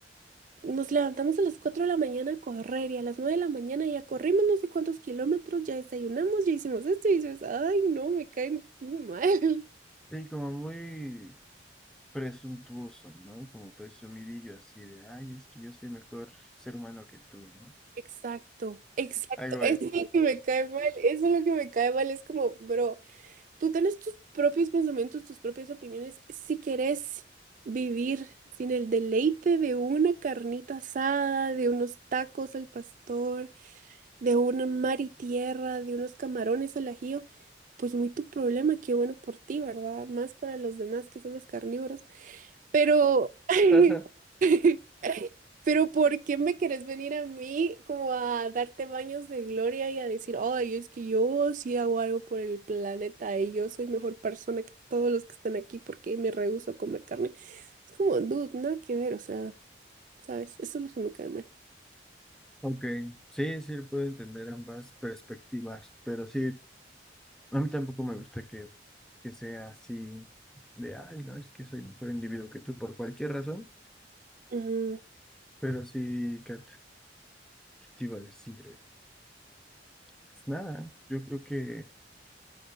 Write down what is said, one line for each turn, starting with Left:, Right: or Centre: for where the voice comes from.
Right: Nos levantamos a las 4 de la mañana a correr y a las 9 de la mañana ya corrimos no sé cuántos kilómetros, ya desayunamos, ya hicimos esto y dices, ay, no, me caen mal. <laughs>
Centre: Sí, como muy presuntuoso, ¿no? Como presumidillo así de, ay, es que yo soy mejor ser humano que tú, ¿no?
Right: Exacto, exacto,
Centre: Hago
Right: eso
Centre: esto.
Right: es lo <laughs> que me cae mal, eso es lo que me cae mal, es como, bro, tú tienes tus propios pensamientos, tus propias opiniones, si querés vivir sin el deleite de una carnita asada, de unos tacos al pastor, de un mar y tierra, de unos camarones al ajillo, pues muy tu problema, qué bueno por ti, ¿verdad? Más para los demás que somos carnívoros. Pero, <laughs>
Centre: Ajá.
Right: pero ¿por qué me querés venir a mí como a darte baños de gloria y a decir, ay, es que yo sí hago algo por el planeta y yo soy mejor persona que todos los que están aquí porque me rehúso a comer carne? Es como, dude, nada que ver, o sea, ¿sabes? Eso es lo que me cae mal.
Centre: Ok, sí, sí, puedo entender ambas perspectivas, pero sí, a mí tampoco me gusta que, que sea así de, ay, no, es que soy mejor individuo que tú por cualquier razón,
Right: Ujú,
Centre: pero sí, Kat, ¿qué te iba a decir? Pues nada, yo creo que,